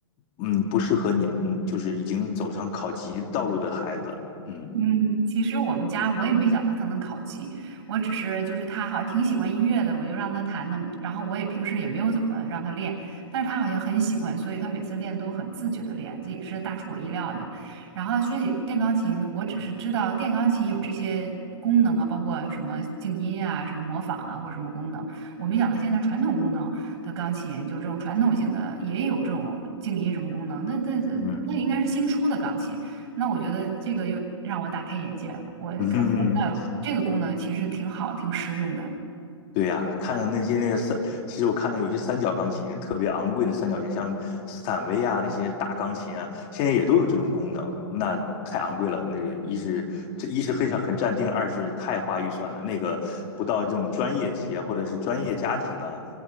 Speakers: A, on the left; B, on the right.
A: 嗯，不适合你们就是已经走上考级道路的孩子，嗯
B: 嗯，其实我们家我也没想到他能考级，我只是就是他好像挺喜欢音乐的，我就让他弹的，然后我也平时也没有怎么让他练，但是他好像很喜欢，所以他每次练都很自觉的练，这也是大出我意料的。然后说起电钢琴，我只是知道电钢琴有这些功能啊，包括什么静音啊、什么模仿啊或者什么功能，我没想到现在传统功能的钢琴就这种传统型的也有这种静音什么功能，那那那应该是新出的钢琴。
A: 嗯。
B: 那我觉得这个又让我大开眼界了，我感觉那这个功能其实挺好，
A: 嗯。
B: 挺实用的
A: 对呀、看着那些那个三，其实我看到有些三角钢琴特别昂贵的三角琴，像斯坦威啊那些大钢琴啊，现在也都有这种功能，那太昂贵了。那个一是这一是很常很占定，二是太花预算了。那个不到这种专业级啊，或者是专业家庭啊，